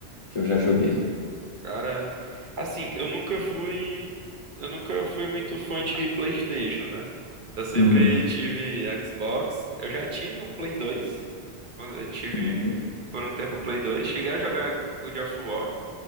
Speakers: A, on the left; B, on the right.
A: que eu já joguei.
B: Cara, assim, eu nunca fui, eu nunca fui muito fã de PlayStation, né? Eu sempre
A: Uhum.
B: tive Xbox, eu já tive um Play 2, quando eu tive
A: Uhum.
B: por um tempo o Play 2, cheguei a jogar God of War,